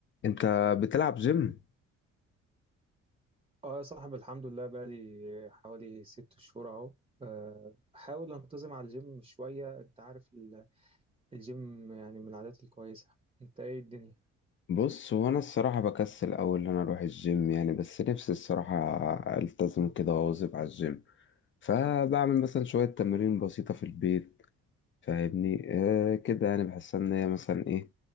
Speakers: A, on the left (about 40°); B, on the right (about 20°).
A: انت بتلعب جيم
B: اه يا صاحبي الحمد لله بقالي حوالي ست شهور اهو آه، بحاول انتظم على الجيم شوية انت عارف ال- الجيم يعني من العادات الكويسة انت ايه الدنيا
A: بص هو انا الصراحه بكسل اول ان انا اروح الجيم يعني بس نفسي الصراحه التزم كده واواظب على الجيم فبعمل مثلا شويه تمارين بسيطه في البيت فاهمني آه كده يعني بحس ان هي مثلا ايه